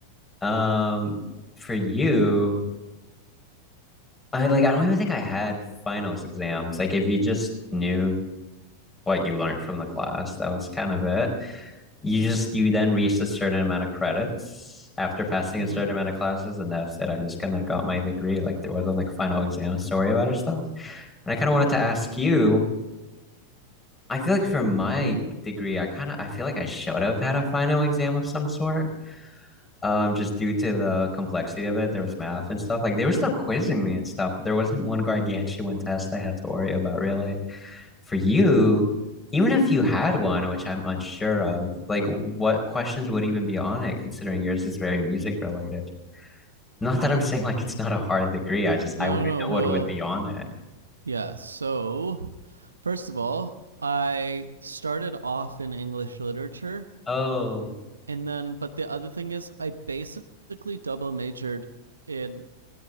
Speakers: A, on the left; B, on the right.
A: Um, for you. I like I don't even think I had finals exams. Like if you just knew what you learned from the class, that was kind of it. You just you then reached a certain amount of credits after passing
B: Mhm.
A: a certain amount of classes, and that's it. I just kind of got my degree. Like there wasn't like final exam story about or stuff. And I kind of wanted to ask you, I feel like for my
B: Mhm.
A: degree, I kind of I feel like I should have had a final exam of some sort. Um, just due to the complexity of it, there was math and stuff. Like they were still quizzing me and stuff, but there wasn't one gargantuan test I had to worry about really. For you, even if you had one, which I'm unsure of, like what questions would even be on it, considering yours is very music related? Not that I'm saying like it's not a hard degree. I just
B: No,
A: I wouldn't
B: no. no.
A: know
B: Well,
A: what would be Mm. on it.
B: yeah. So, first of all, I started off in English literature,
A: Oh,
B: and then but the other thing is I basically double majored in